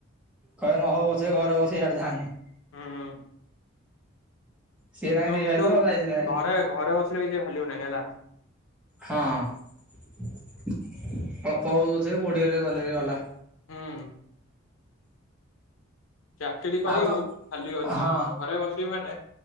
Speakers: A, in the centre; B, on the left (about 75°).
A: କହିବେ ନହଉ ପଛେ ଘରେ ବସେ ସିଆଡେ ଯାଆନି।
B: ହଁ।
A: ସିଏ ତାଙ୍କ
B: ଏଇନା
A: ଦି
B: କିନ୍ତୁ
A: ଭାଇ ତ ଯାଇଥିଲା ହେରି
B: ଘରେ ଘରେ ବସିଲେ କିଛି ଭେଲ୍ୟୁ ନାହିଁ ହେଲା।
A: ହଁ ଅଳ୍ପ ହଉ ପଛେ କୋଉଠି ହେଲେ ଗଲେ ହେଇ ଗଲା।
B: ହଁ। ଚାକିରି କରିବୁ
A: ଆଉ ତ
B: ଖାଲି ଅଛି,
A: ହଁ
B: ଘରେ ବସିବି ମାନେ